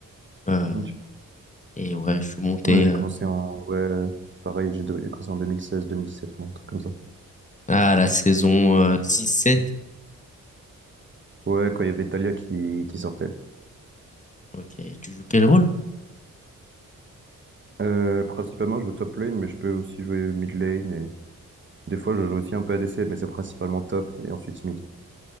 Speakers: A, on the left; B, on the right.
A: Euh,
B: Hum, tu-
A: et ouais, je suis monté
B: Moi, j'ai
A: euh,
B: commencé en, ouais, pareil, j'ai j'ai commencé en 2016, 2017, moi, un truc comme ça.
A: à la saison euh, 6-7.
B: Hum. Ouais, quand il y avait Talia qui, qui sortait.
A: Ok, tu joues quel rôle?
B: Euh, principalement, je joue top lane, mais je peux aussi jouer mid lane et des fois, je joue aussi un peu ADC, mais c'est principalement top et ensuite mid.